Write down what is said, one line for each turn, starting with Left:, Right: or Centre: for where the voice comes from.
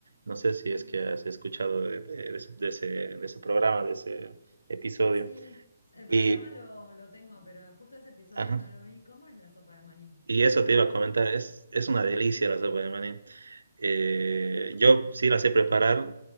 Right: No sé si
Left: ah,
Right: es que has escuchado de, de- de ese, de ese de ese programa, de ese episodio.
Left: sí, el
Right: Y,
Left: programa lo, lo tengo, pero justo ese episodio
Right: ajá.
Left: no lo vi. ¿Cómo es la sopa de maní?
Right: Y eso te iba a comentar, es, es una delicia la sopa de maní. Eh, yo sí la sé preparar,